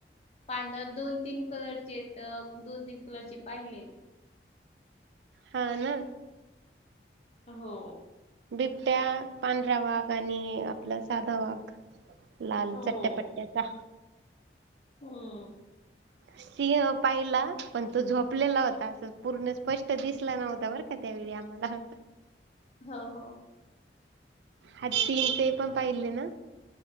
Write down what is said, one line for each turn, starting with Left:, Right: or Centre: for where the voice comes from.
Left: पांधर दोन तीन कलरचे आहेत दोन तीन कलरचे पाहिले आहे
Right: हा ना
Left: हो
Right: बिबट्या, पांढरा वाघ आणि आपलं साधा वाघ लाल
Left: हो
Right: चट्ट्यापट्ट्याचा
Left: हम्म
Right: सिंह पाहिला पण तो झोपलेला होता अस पूर्ण स्पष्ट दिसला नव्हता बरं त्या्यावेळी आम्हाला
Left: हो हो.
Right: हाती ते पण पाहिले ना.